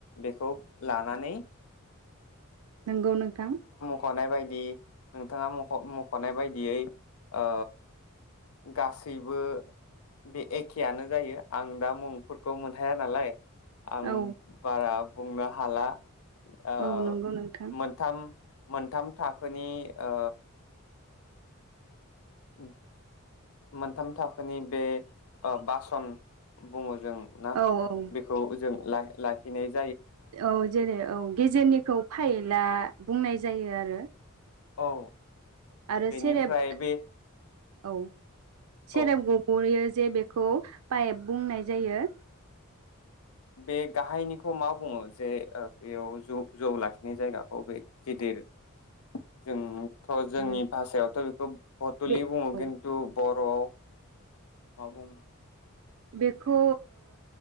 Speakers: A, on the left (about 80°); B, on the right (about 85°).
A: बेखौ लानानै
B: नंगौ नोंथां।
A: ख'नाय बायदि नोंथाङा मख' मख'नाय बायदियै ओ गासैबो बे एखेयानो जायो आं दा मुंफोरखौ मोनहाया नालाय आं
B: औ
A: बारा बुंनो हाला। ओ‌
B: औ नंगौ नोंथां
A: मोनथाम मोनथाम थाखोनि ओ <inaudible> मोनथाम थाखोनि बे ओ बासन बुङो जों ना
B: औ औ
A: बेखौ जों ला लाखिनाय
B: औ जेरै औ गेजेरनिखौ फाइला बुंनाय जायो आरो
A: औ
B: आरो
A: बेनिफ्राय
B: सेरेब
A: बे
B: ओ औ सेरेब
A: औ
B: गबोयो जे बेखौ पाइप बुंनाय जायो
A: बे गाहायनिखौ मा बुङो जे बेयाव जौ जौ लाखिनाय जायगाखौ बे गेदिर जों थ' जोंनि
B: औ
A: भाषायावथ' बेखौ बतलि
B: बे
A: बुङो
B: औ
A: खिन्थु बर'आव मा बुङो
B: बेखौ